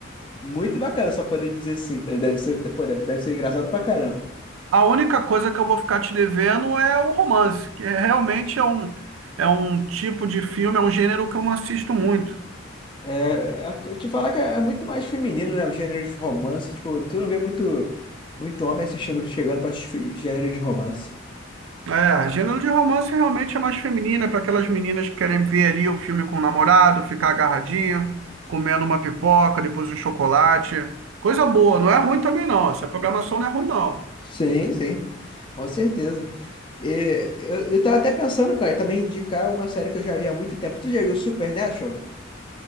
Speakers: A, on the left; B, on the right.
A: muito bacana, só poder dizer assim. Deve deve ser, pô, deve deve ser engraçado pra caramba.
B: A única coisa que eu vou ficar te devendo é o romance, que é- realmente é um, é um tipo de filme, é um gênero que eu não assisto muito.
A: É, é- eu te falar que é é muito mais feminino, né? O gênero de romance. Tipo, tu não vê muito, muito homem assistindo, chegando pra assistir gênero de romance.
B: É, gênero de romance realmente é mais feminina, para aquelas meninas que querem ver ali o filme com o namorado, ficar agarradinho, comendo uma pipoca, depois um chocolate. Coisa boa, não é ruim também não. Essa programação não é ruim não.
A: Sim, sim, com certeza. E, eu, eu tava até pensando, cara, também indicar uma série que eu já vi há muito tempo. Tu já viu Supernatural?